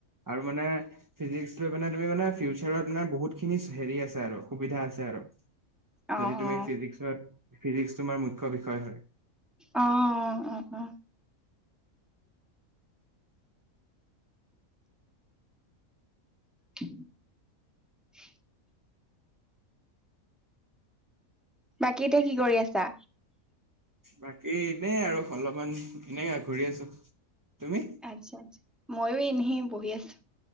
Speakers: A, on the right (about 25°); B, in the centre.
A: আৰু মানে ফিজিক্স লৈ পানে তুমি মানে ফিউচাৰত মানে বহুতখিনি হেৰি আছে আৰু সুবিধা আছে আৰু
B: অ',
A: যদি তুমি
B: অ',
A: ফিজিক্সত ফিজিক্স তোমাৰ মুখ্য বিষয় হয়
B: অ'অ'অ' <inaudible> বাকীতে কি কৰি আছা?
A: বাকী এনেই আৰু অলপমান এনেই আ ঘুৰি আছো তুমি?
B: আচ্ছা, আচ্ছা, আচ্ছা ময়ো এনহে বহি আছো।